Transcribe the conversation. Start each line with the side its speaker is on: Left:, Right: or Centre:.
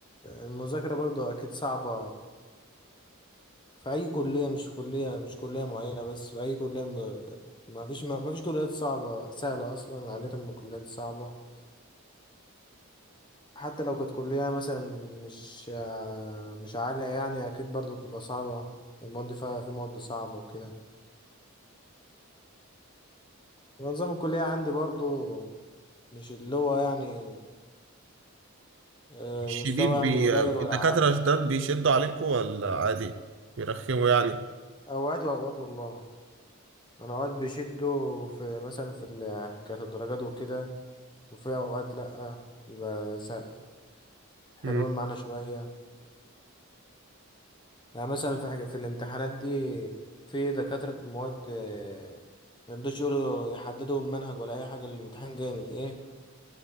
Left: المذاكرة برضه أكيد صعبة في أي كلية مش في كلية مش كلية معينة بس في أي كلية م... ما فيش ما ما فيش كليات صعبة سهلة أصلا عادة الكليات صعبة حتى لو كانت كلية مثلا مش آه، مش عالية يعني أكيد برضه بتبقى صعبة المواد فيها في مواد صعبة وكده ونظام الكلية عندي برضه مش اللي هو يعني آه،
Right: الشديد
Left: مستوى يعني
Right: بي...
Left: قليل
Right: الدكاترة
Left: ولا عالي
Right: شداد بيشدوا عليكم ولا عادي بيرخموا يعني
Left: أوقات وأوقات والله أنا أوقات بيشدوا في مثلا في ال- حكاية الدرجات وكده وفي أوقات لأ بيبقى سهل حلوين
Right: مم.
Left: معانا شوية يعني مثلا في حاجة في الامتحانات دي في دكاترة مواد آه، ميرضوش يقولوا يحددوا المنهج ولا أي حاجة الامتحان جاي من إيه